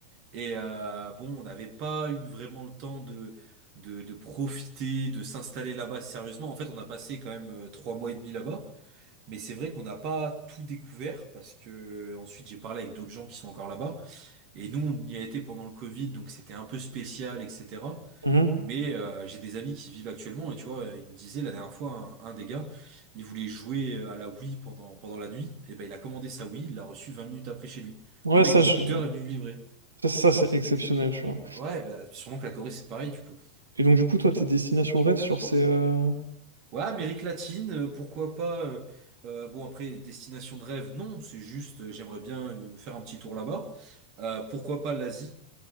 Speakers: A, on the right; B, on the right.
A: Et euh, bon, on n'avait pas eu vraiment le temps de, de, de profiter, de s'installer là-bas sérieusement. En fait, on a passé quand même euh, trois mois et demi là-bas. Mais c'est vrai qu'on n'a pas tout découvert parce que euh, ensuite j'ai parlé avec d'autres gens qui sont encore là-bas. Et nous, on y a été pendant le Covid, donc c'était un peu spécial, etc.
B: Mhm.
A: Mais euh, j'ai des amis qui vivent actuellement et tu vois, il me disait la dernière fois, un, un des gars, il voulait jouer à la Wii pendant, pendant la nuit. Et ben il a commandé sa Wii, il l'a reçue 20 minutes après chez lui.
B: Ouais,
A: Un mec
B: ça,
A: en
B: je-
A: scooter est venu le livrer.
B: ça, ça, c'est exceptionnel, tu vois.
A: Ouais, bah, sûrement que la Corée c'est pareil du coup.
B: Et donc, du coup, toi, tes destinations rêves, genre, c'est. euh,
A: Ouais, Amérique latine, euh, pourquoi pas. euh, euh, bon, après, destination de rêve, non, c'est juste, euh, j'aimerais bien euh, faire un petit tour là-bas. Euh, pourquoi pas l'Asie?